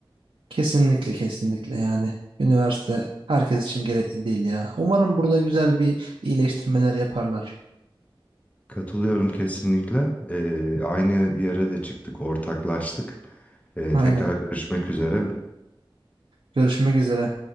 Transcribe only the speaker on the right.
Kesinlikle kesinlikle yani. Üniversite herkes için gerekli değil ya. Umarım burada güzel bir iyileştirmeler yaparlar.
Aynen.
Görüşmek üzere.